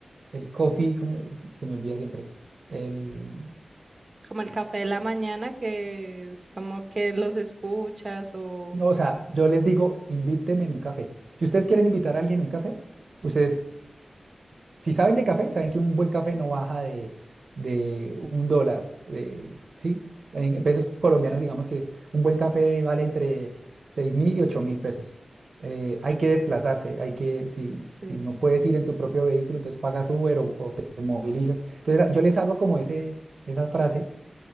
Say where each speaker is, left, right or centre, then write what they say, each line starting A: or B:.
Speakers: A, on the right (about 65°); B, on the right (about 45°).
A: el coffee, ¿cómo se se me olvida siempre? El,
B: como el café de la mañana que es como que los escuchas o
A: No, o sea, yo les digo, invítenme en un café. Si ustedes quieren invitar a alguien a un café, ustedes, si saben de café, saben que un buen café no baja de, de un dólar, de, ¿sí? En en pesos colombianos, digamos que un buen café vale entre seis mil y ocho mil pesos. Eh, hay que desplazarse, hay que, si,
B: sí.
A: si no puedes ir en tu propio vehículo, entonces pagas Uber o, o te movilizas. Entonces, yo les hago como ese, esa frase